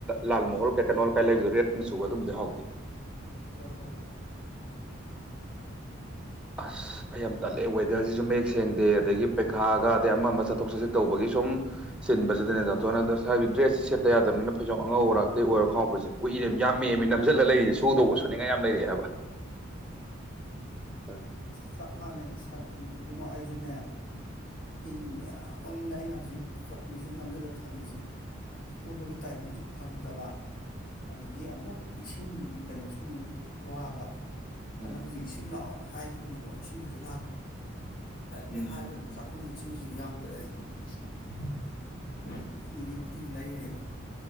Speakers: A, in the centre; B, on the left.
A: ꯂꯥꯜ ꯃꯣꯍꯣꯔ ꯀꯩ ꯀꯩꯅꯣ ꯀꯥꯏ ꯂꯩꯕꯗꯣ ꯔꯦꯠ ꯃꯆꯨ ꯑꯗꯨꯝꯕꯗꯤ ꯍꯥꯎꯇꯦ
B: ꯍꯣꯏ ꯍꯣꯏ ꯍꯣꯏ
A: ꯑꯁ ꯑꯩ ꯌꯥꯝ ꯇꯜꯂꯦ ꯋꯦꯗ꯭ꯔꯖꯤꯖꯨ ꯃꯌꯦꯛ ꯁꯦꯡꯗꯦ ꯑꯗꯒꯤ ꯄꯩꯈꯥꯒ ꯑꯗꯩ ꯑꯃ ꯑꯃ ꯆꯠꯊꯣꯛ ꯆꯠꯁꯤꯟ ꯇꯧꯕꯒꯤ ꯁꯨꯝ ꯁꯤꯟꯕꯖꯤꯗꯅꯦ ꯗꯥꯇꯣꯟꯅ ꯑꯟꯗ꯭ꯔ ꯁꯥꯏꯕꯗꯤ ꯗ꯭ꯔꯦꯁ ꯁꯦꯠꯇ ꯌꯥꯗꯕꯅꯤꯅ ꯐꯩꯖꯣꯝ ꯑꯉꯧ ꯑꯔꯥꯛꯇꯤ ꯑꯣꯏꯔꯣ ꯈꯉꯥꯎ ꯐꯨꯔꯤꯠꯁꯦ ꯀꯨꯏꯔꯦ ꯌꯥꯝꯃꯦꯃꯤ ꯅꯝꯖꯤꯜꯂ ꯂꯩꯔꯤꯖꯦ ꯁꯨꯗꯧꯕ ꯁꯨꯅꯤꯡꯉꯥꯏ ꯌꯥꯝ ꯂꯩꯔꯛꯑꯦ ꯍꯥꯏꯕ <unintelligible>
B: ꯆꯞ ꯃꯥꯟꯅꯩ ꯁꯛ ꯏꯕꯨꯡꯉꯣ ꯑꯩꯖꯨꯅꯦ ꯐꯤ ꯃꯌꯥꯝ ꯑꯃꯅꯦ ꯑꯩꯅ ꯍꯧꯖꯤꯛ ꯆꯧꯀ꯭ꯔꯤꯖꯤꯅ ꯅꯝꯖꯤꯜꯂ ꯊꯝꯃꯤꯖꯦ ꯐꯨꯕꯒꯤ ꯇꯥꯏꯃꯤꯡꯖꯨ ꯐꯪꯗꯕ ꯑꯗꯒꯤ ꯑꯃꯨꯛ ꯏꯁꯤꯡꯒꯤ ꯀꯩꯅꯣꯁꯨ ꯑꯃꯨꯛ ꯋꯥꯕ ꯑꯗꯨꯅ
A: ꯎꯝ
B: ꯍꯧꯖꯤꯛ ꯏꯁꯤꯡ ꯂꯥꯛꯑꯣꯅ ꯍꯥꯏꯒꯤꯕꯅꯦꯕ ꯏꯁꯤꯡꯗꯨꯖꯨ ꯂꯥꯛꯇ꯭ꯔꯤ ꯉꯁꯥꯏ ꯑꯌꯨꯛꯇꯩ
A: ꯎꯝ
B: ꯍꯥꯏꯒ꯭ꯔꯕꯅꯦ ꯖꯥꯛ ꯈꯣꯡꯒꯤ ꯏꯁꯤꯡꯖꯤꯖꯨ ꯌꯥꯎꯗ꯭ꯔꯦ ꯅꯨꯃꯤꯠ ꯅꯤꯅꯤ ꯅꯤꯅꯤ ꯈꯨꯗꯤꯡꯒꯤ ꯂꯩꯔꯤꯅꯦꯕ